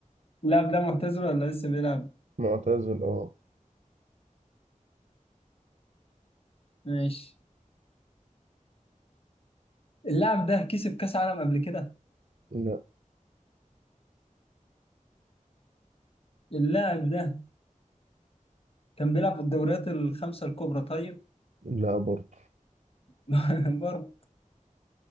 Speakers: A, on the left (about 45°); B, on the right (about 75°).
A: اللاعب ده معتزل ولا لسه بيلعب؟
B: معتزل اه
A: ماشي اللاعب ده كسب كأس عالم قبل كده
B: لا
A: اللاعب ده كان بيلعب في الدوريات الخمسة الكبرى طيب
B: لا برضه
A: <laughs> برضه